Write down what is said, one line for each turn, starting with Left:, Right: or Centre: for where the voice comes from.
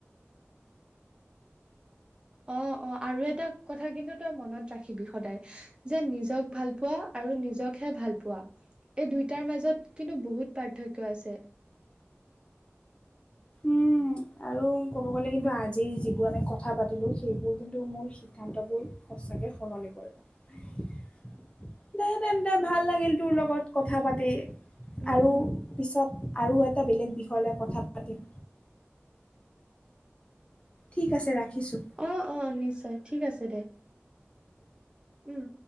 Right: অ', অ', আৰু এটা কথা কিন্তু তই মনত ৰাখিবি সদায়। যে নিজক ভাল পোৱা আৰু নিজকহে ভাল পোৱা। এই দুইটাৰ মাজত কিন্তু বহুত পাৰ্থক্য আছে।
Left: উম। আৰু ক'ব গ'লে কিন্তু আজিৰ যিবোৰ আমি কথা পাতিলো সেইবোৰ কিন্তু মোৰ সিদ্ধান্তবোৰ সঁচাকৈ সলনি কৰিব। দে তেন্তে ভাল লাগিল তোৰ লগত কথা পাতি।
Right: উম,
Left: আৰু
Right: উম,
Left: পিছত আৰু এটা বেলেগ বিষয় লৈ কথা পাতিম। ঠিক আছে ৰাখিছোঁ।
Right: অ', অ', নিশ্চয় ঠিক আছে দে। উম।